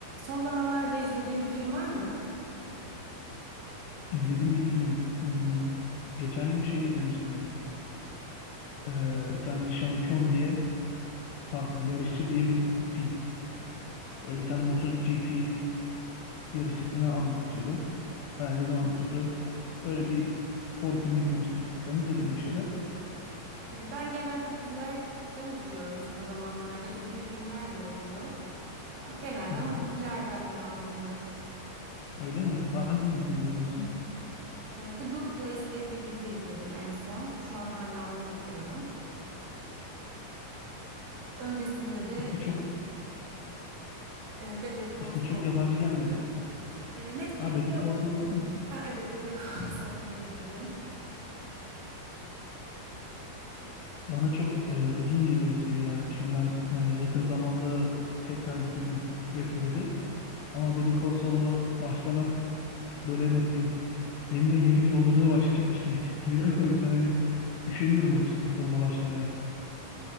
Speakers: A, on the right; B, on the left.
A: Son zamanlarda izlediğin bir film var mı?
B: İzlediğim bir film. Hmm, Geçen gün şey izlemiştim. Ee, bir tane şampiyon diye, pardon, yarışçı diye bir film. Böyle bir tane MotoGP yarışçısını anlatıyordu. Hayalini anlatıyordu. Öyle bir spor filmi izlemiştim. Sen izledin mi bir şeyler?
A: Ee, Ben genelde dizilerden izliyorum son zamanlarda. İzlediğim filmler de oluyor. Ee, Genelde
B: Hı
A: ama
B: hı.
A: dizilerden devam ediyorum.
B: Öyle mi? Hangi dizi izledin en son?
A: Ee, The Good Place diye bir dizi izledim en son. Şu an hala onu izliyorum. Öncesinde de
B: İsmi çok
A: e, Better Call
B: ismi
A: Saul
B: çok yabancı
A: dizisini
B: gelmedi.
A: izlemiştim. Ee, Netflix'te
B: Ha Better Call Saul izledin mi?
A: Ha, evet Better Call <laughs> Saul'u da izledim.
B: Bana çok e, uzun geliyor o seri ya. Şimdi ben e, yakın zamanda tekrar bitirdim Breaking Bad'i. Ama Better Call Saul'a başlamak böyle nasıl diyeyim yeniden yeni bir yolculuğa başlayacakmış gibi hissettiriyor. <laughs> O yüzden hani üşeniyorum açıkçası ona başlamayı.